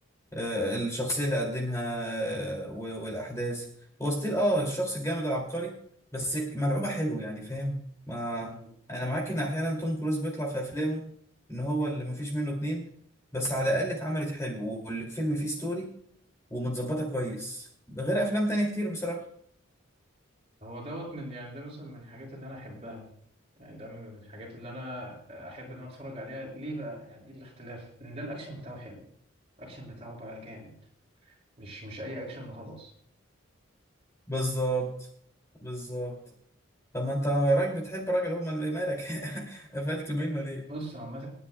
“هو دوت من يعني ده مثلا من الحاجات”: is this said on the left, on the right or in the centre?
Right